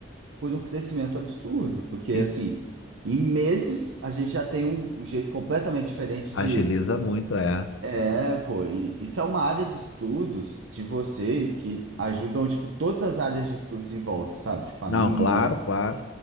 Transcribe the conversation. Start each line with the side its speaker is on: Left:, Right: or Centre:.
Right: por um crescimento absurdo, porque
Left: En-
Right: assim, em meses a gente já tem um, um jeito completamente diferente
Left: Agiliza
Right: de
Left: muito, é.
Right: é, pô, e isso é uma área de estudos de vocês que ajudam, tipo, todas as áreas de estudos em volta, sabe? Tipo, a
Left: Não,
Right: minha,
Left: claro, claro.